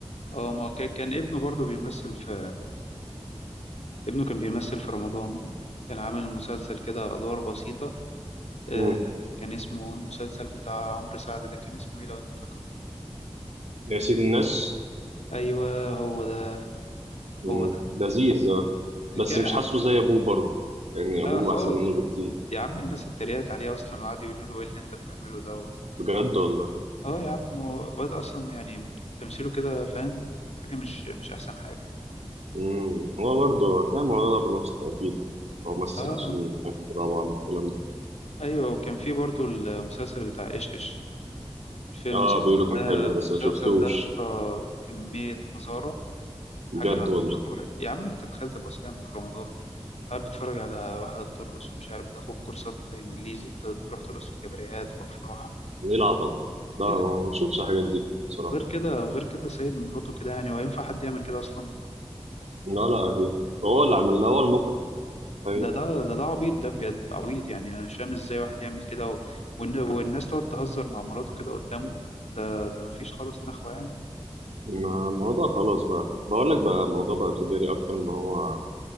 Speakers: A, on the left; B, on the right.
A: اه ما كان كان ابنه برضه بيمثل في ابنه كان بيمثل في رمضان كان عامل مسلسل كده أدوار بسيطة آه
B: مم.
A: كان اسمه المسلسل بتاع عمرو سعد ده كان اسمه ايه لو انت فاكره
B: يا سيد الناس
A: ايوه هو ده
B: مم،
A: هو ده
B: لذيذ آه. بس
A: كان
B: مش حاسه زي ابوه برضه يعني ابوه
A: اه خالص
B: احسن منه بكتير
A: يا عم الناس اتريقت عليه اصلا وقعدوا يقولوا له ايه اللي انت بتعمله ده و...
B: بجد والله
A: اه يا عم هو الواد اصلا يعني تمثيله كده فاهم حاجة مش مش احسن حاجة
B: مم. هو برضه هتلاقي الموضوع ده بالواسطه اكيد هو ممثل
A: اه آه.
B: عشان حد طبعا الكلام ده
A: ايوه وكان في برضه المسلسل بتاع ايش ايش مش المسلسل
B: اه بيقولوا
A: ده
B: كان حلو بس
A: المسلسل
B: ما شفتوش
A: ده يا اسطى كمية قذارة
B: بجد
A: حاجة
B: والله
A: مش طبيعية يا عم انت تخيل تبقى صايم في رمضان قاعد بتتفرج على واحدة بترقص ومش عارف تاخد كورسات انجليزي وتروح ترقص في كباريهات وافراح
B: ايه العبط ده ده
A: ايه لا
B: ما شفتش الحاجات دي بصراحه
A: وغير كده وغير كده سايب مراته كده يعني هو ينفع حد يعمل كده اصلا
B: لا لا اكيد هو اللي عمل هو المخرج طيب.
A: ده ده ده ده عبيط ده بجد عبيط يعني انا مش فاهم ازاي واحد يعمل كده و... وإن... والناس تقعد تهزر مع مراته كده قدامه ده ده مفيش خالص نخوة يعني
B: ما- الموضوع خلاص بقى بقول لك بقى الموضوع بقى تجاري اكتر ما هو